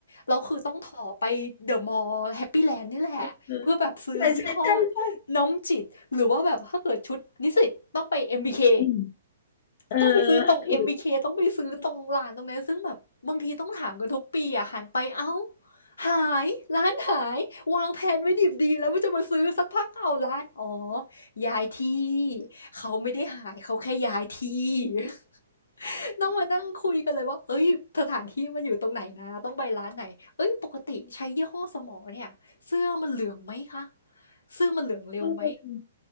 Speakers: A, on the left; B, on the left.
A: แล้วคือต้องถ่อไปเดอะมอลล์แฮปปี้แลนด์นี่แหละเพื่อแบบซื้อยี่ห้อ
B: เออใช่ใช่ใช่ใช่
A: น้อมจิตหรือว่าแบบถ้าเกิดชุดนิสิตต้องไป MBK
B: อืมเออ
A: ต้องไปซื้อตรง
B: ถ
A: MBK ต้องไปซื้อตรงร้านตรงนั้นซึ่งแบบบางทีต้องถามกันทุกปีอ่ะหันไปเอ้าหายร้านหายวางแผนไว้ดิบดีแล้วว่าจะมาซื้อสักพักเอาร้านอ๋อย้ายที่เขาไม่ได้หายเขาแค่ย้ายที่ <laughs> ต้องมานั่งคุยกันเลยว่าเอ้ยสถานที่มันอยู่ตรงไหนนะต้องไปร้านไหนเอ้ยปกติใช้ยี่ห้อสมอเนี่ยเสื้อมันเหลืองไหมคะเสื้อมันเหลืองเร็วไหม
B: ูก